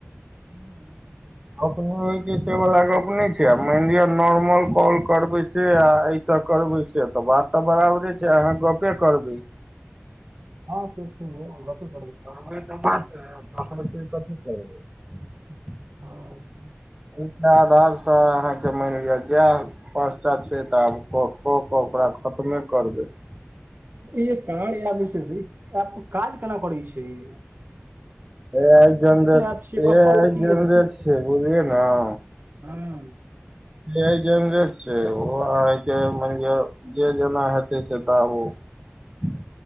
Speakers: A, on the right; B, on the right.
A: ह
B: अपने होइ छै से वाला गप ने छै, आ मानि लिअ नॉर्मल कॉल करबे सै आ सब करबै से तऽ बात तऽ बराबरे छै, अहाँ गपे करबै।
A: हँ से छै है गप्पे
B: तऽ दस कथी करबै <unintelligible>
A: ह
B: एहिके आधार से अहाँके मानि लिअ जा पांसटा छै ता आब कऽ कऽ क ओकरा खतमे करबै।
A: ई कार या जे छै से आ काज केना करै छै यौ।
B: ए आइ जनरेट
A: ऐप छियै
B: ए
A: कतऽ
B: आइ
A: से की
B: जनरेट
A: एलै
B: छै बुझलिये नऽ,
A: हँ
B: एआई जनरेट छै, ओ आहाँ के मईन लिया, जे जेना हेतै, से त आब ओ